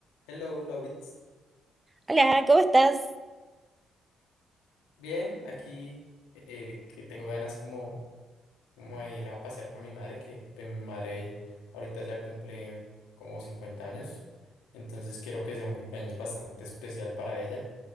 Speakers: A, on the left; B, on the right.
A: Hello, Lauritz.
B: Hola, ¿cómo estás?
A: Bien, aquí eh, que tengo ganas como, como de ir a pasear con mi madre, que pues, mi madre ahorita ya cumple como 50 años, entonces quiero que sea un cumpleaños bastante especial para ella.